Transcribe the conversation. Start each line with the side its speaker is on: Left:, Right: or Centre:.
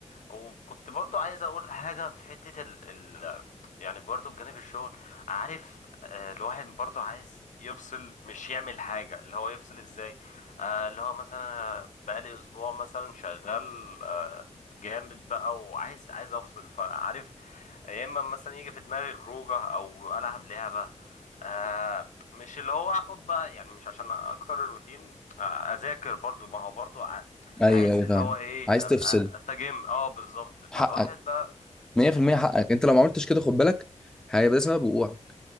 Left: وكنت برضو عايز اقول حاجة في حتة ال... ال... يعني برضو بجانب الشغل عارف آه، الواحد برضو عايز يفصل مش يعمل حاجة اللي هو يفصل ازاي آه، اللي هو مثلا بقالي اسبوع مثلا شغال جامد بقى وعايز عايز افصل فعارف يا اما مثلا يجي في دماغي خروجه او العب لعبه آه مش اللي هو اخد بقى يعني مش عشان اكسر الروتين آه اذاكر برضو ما هو برضو ع-
Centre: ايوه
Left: عايز
Centre: ايوه
Left: اللي
Centre: فاهم
Left: هو ايه
Centre: عايز
Left: آه،
Centre: تفصل
Left: آه، استجم اه بالظبط فالواحد
Centre: حقك
Left: بقى
Centre: 100%
Left: يعني يفصل
Centre: حقك انت لو ما عملتش كده خد بالك هيبقى ده سبب وقوعك